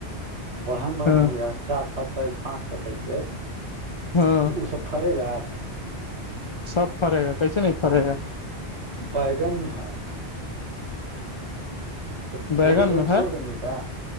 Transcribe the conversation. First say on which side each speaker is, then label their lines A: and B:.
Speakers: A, on the right; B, on the left.
A: بڑھن بڑھن
B: ہاں
A: ہو گیا چار پتائی پانچ پتائی سے
B: ہاں
A: تو وہ سب پڑے گا آ
B: سب پڑے گا کیسے نہیں پرے گا
A: بیائیگان مہار تو کوڑے
B: بیگن
A: گھڑی
B: میں
A: چھوڑ
B: ہے
A: دیں گے کیا